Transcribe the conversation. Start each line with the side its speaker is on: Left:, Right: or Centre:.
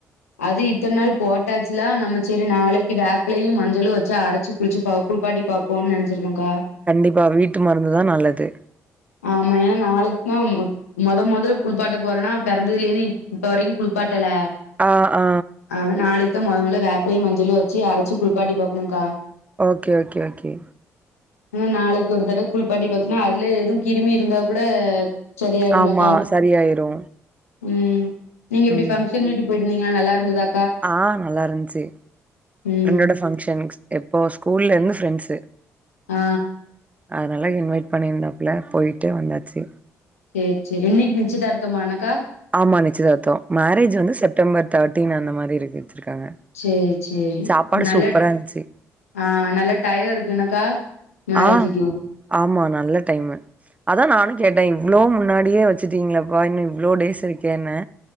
Left: அது இத்தன் நாள் போட்டாச்சுல நம்ம செரி நாளைக்கு வேப்பிலையு மஞ்சளு வெச்சு அரைச்சு குளிச்சு பா குளிப்பாட்டி பாப்போனு நினை பா
Right: கண்டிப்பா வீட்டு மருந்துதா நல்லது
Left: ஆமா ஏன்னா நாளைக்குதா மொத மொதல்ல குளிப்பாட்ட போறேன்னா பிறந்ததுலந்து இப்ப வரைக்கு குளிப்பாட் டல
Right: ஆ ஆ
Left: அ நாளைக்குதா மொத மொதல்ல வேப்பிலையு மஞ்சளு வச்சு அரைச்சு குளிப்பாட்டி பாக்கணுங்கா
Right: ஓகே ஓகே ஓகே
Left: இன்னு நாளைக்கு ஒரு தடவ குளிப்பாட்டி பாத்தோம்னா அதுல எதுவு கிருமி இருந்தா கூட சரியாயிரும்லக்கா
Right: ஆமா சரியாயிரு
Left: ம் நீங்க எப்டி
Right: ம்
Left: ஃபங்க்ஷன் வீட்டுக்கு போயிட்டு வந்தீங்களா நல்லா இருந்ததா
Right: ஆ நல்லா இருன்ச்சு
Left: ம்
Right: ஃப்ரெண்டோட பங்க்ஷன் எப்போ ஸ்கூல்ல இருந்து ஃப்ரெண்ட்ஸு
Left: ஆ
Right: அதுனால இன்வைட் பண்ணியிருந்தாப்புல போய்ட்டு வந்தாச்சு
Left: சேரி சேரி இன்னைக்கு நிச்சயதார்த்தமா என்னக்கா
Right: ஆமா நிச்சயதார்த்தோ மேரேஜ் வந்து செப்டம்பர் தேர்ட்டீன் அந்த மாரி இருக்கு வச்சிருக்காங்க.
Left: சேரி சேரி
Right: சாப்பாடு
Left: நல்ல
Right: சூப்பரா இருந்துச்சு.
Left: ஆ நல்லா டையோ இருக்கு என்னக்கா மேரேஜூக்கு
Right: ஆ ஆமா நல்ல டைமு அதா நானு கேட்டே இவ்ளோ முன்னாடியே வெச்சுட்டீங்களேப்பா இன்னு இவ்ளோ டேஸ் இருக்கேன்னு